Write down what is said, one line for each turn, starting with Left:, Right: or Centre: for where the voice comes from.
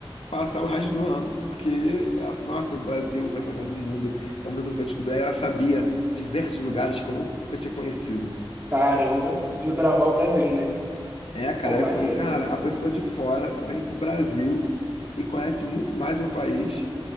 Left: passar o resto
Right: Uhum.
Left: do ano, porque ela falou, nossa, o Brasil é o melhor lugar do mundo, é uma coisa para descobrir. Aí ela sabia diversos lugares que eu nunca tinha conhecido.
Right: Caramba, desbravar o Brasil, né?
Left: É, cara,
Right: Pô, maneiro.
Left: aí eu falei, cara, a pessoa de fora vem pro Brasil e conhece muito mais meu país